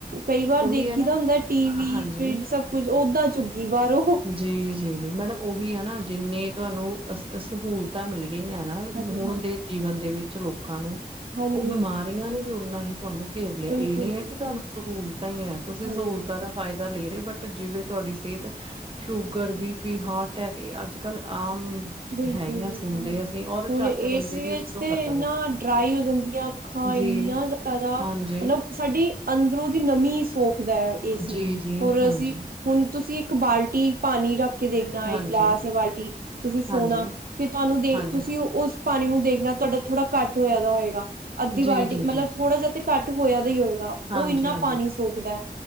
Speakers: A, on the right; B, on the right.
A: ਕਈ ਵਾਰ
B: ਉਹੀ
A: ਦੇਖੀ
B: ਹੈ ਨਾ
A: ਦਾ ਹੁੰਦਾ ਟੀ ਵੀ,
B: ਹਾਂਜੀ,
A: ਫਰਿਜ ਸਭ ਕੁੱਝ, ਓਦਾਂ ਝੁਗੀ ਬਾਰੋਂ।
B: ਜੀ-ਜੀ-ਜੀ ਮੈਡਮ ਓਹੀ ਆ ਨਾ ਜਿੰਨੇ ਤੁਆਨੂੰ ਅ ਸ ਸਹੂਲਤਾਂ ਮਿਲ ਗਈਆਂ। ਨਾਲ
A: ਹਾਂਜੀ
B: ਹੁਣ
A: ਹਾਂਜੀ
B: ਦੇ ਜੀਵਨ ਦੇ ਵਿੱਚ ਲੋਕਾਂ ਨੂੰ
A: ਹਾਂਜੀ
B: ਓ ਬਿਮਾਰੀਆਂ
A: ਹਾਂਜੀ
B: ਨੇ ਵੀ ਓਨਾ ਈ ਤੁਆਨੂੰ ਘੇਰ ਲਿਆ,
A: ਬਿਲਕੁਲ
B: ਏ ਨੀ
A: ਬਿਲਕੁਲ
B: ਐ ਕਿ ਤੁਆਨੂੰ ਸਹੂਲਤਾਂ ਈ ਐ, ਤੁਸੀ
A: ਹਾਂਜੀ
B: ਸਹੂਲਤਾਂ ਰੱਖ ਫਾਏਦਾ ਲੈ ਰੇ ਓ, ਬਟ ਜਿਵੇਂ ਤੁਆਡੀ ਸੇਹਤ sugar, B P, heart attack, ਏ ਅੱਜ-ਕਲ ਆਮ
A: ਬਿਲਕੁਲ-ਬਿਲਕੁਲ
B: ਹੈਗੀਆਂ ਸੁਣਦੇ
A: ਹਾਂਜੀ।
B: ਅਸੀਂ ਔਰ
A: ਹੁਣ
B: ਝੱਟ
A: ਏਸੀ
B: ਬੰਦੇ ਦੀ
A: ਵਿੱਚ
B: ਉਸ ਤੋਂ
A: ਤੇ
B: ਖਤਮ
A: ਏਨਾ
B: ਹੈ
A: ਡਰਾਈ ਹੋ ਜਾਂਦੀਆਂ ਅਖਾਂ ਏਨੀਆਂ
B: ਜੀ
A: ਜ਼ਆਦਾ
B: ਹਾਂਜੀ
A: ਮਤਲਬ ਸਾਡੀ ਅੰਦਰੋਂ ਦੀ ਨਮੀ ਸੋਖਦਾ ਐ। ਏਸੀ
B: ਜੀ ਜੀ
A: ਹੋਰ
B: ਹਾਂਜੀ
A: ਅਸੀ ਹੁਣ ਤੁਸੀ ਏਕ ਬਾਲਟੀ ਪਾਣੀ ਰੱਖ ਕੇ ਦੇਖਣਾ,
B: ਹਾਂਜੀ
A: ਇਕ ਗਲਾਸ ਜਾਂ ਬਾਲਟੀ। ਤੁਸੀ ਸੋਣਾ,
B: ਹਾਂਜੀ
A: ਫਿਰ ਤੁਆਨੂੰ ਦੇ,
B: ਹਾਂਜੀ
A: ਤੁਸੀ ਉਸ ਪਾਣੀ ਨੂੰ ਦੇਖਣਾ ਤੁਆਡਾ ਥੋੜਾ ਘੱਟ ਹੋਇਆ ਦਾ ਹੋਏਗਾ। ਅੱਧੀ
B: ਜੀ
A: ਬਾਲਟੀ
B: ਜੀ
A: ਮਤਲਬ
B: ਜੀ
A: ਥੋੜ੍ਹਾ ਜਿਆ ਤੇ ਘੱਟ ਹੋਇਆ ਦਾ ਈ ਹੋਏਗਾ।
B: ਹਾਂਜੀ
A: ਉਹ ਇਨਾ
B: ਹਾਂਜੀ
A: ਪਾਣੀ ਸੋਖਦਾ ਐ